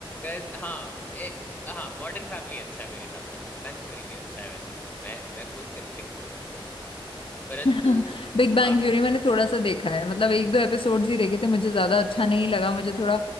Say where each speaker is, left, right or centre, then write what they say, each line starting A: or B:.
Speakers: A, on the left (about 20°); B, on the left (about 75°).
A: cause, हाँ ए, हाँ मॉडर्न फैमिली अच्छा है मेरे हिसाब से बिग बैंग थ्योरी भी अच्छा है वैसे तो मैं मैं खुद कंफ्लिक्ट हो रहा हूँ परंतु
B: <laughs> बिग बैंग
A: हाँ <laughs>
B: थ्योरी मैंने थोड़ा सा देखा है मतलब एक दो एपिसोड्स ही देखे थे मुझे ज्यादा अच्छा नहीं लगा मुझे थोड़ा